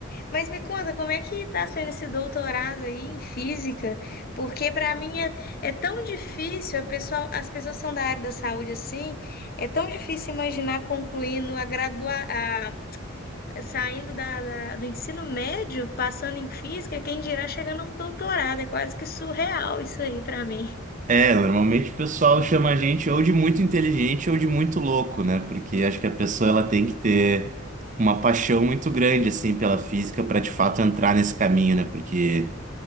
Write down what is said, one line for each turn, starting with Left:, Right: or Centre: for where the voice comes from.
Left: Mas me conta, como é que está sendo esse doutorado aí em física? Porque para mim é, é tão difícil, a pessoa, as pessoas são da área da saúde assim, é tão difícil imaginar concluindo a gradua, a- saindo da, da- do ensino médio, passando em física, quem dirá chegando a um doutorado, é quase que surreal isso aí para mim.
Right: É, normalmente o pessoal chama a gente ou de muito inteligente ou de muito louco, né? Porque acho que a pessoa ela tem que ter uma paixão muito grande assim pela física para de fato entrar nesse caminho, né? Porque